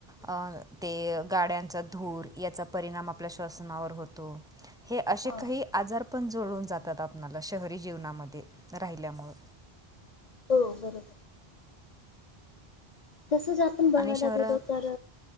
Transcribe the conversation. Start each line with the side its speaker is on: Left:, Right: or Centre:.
Centre: अं ते गाड्यांचा धूर याचा परिणाम आपल्या श्वसनावर होतो हे असे
Left: हा
Centre: काही आजार पण जुळून जातात आपणाला शहरी जीवनामध्ये राहिल्यामुळं.
Left: हो बरोबर. तसच आपण बघायला
Centre: आणि शहरात
Left: गेलो तर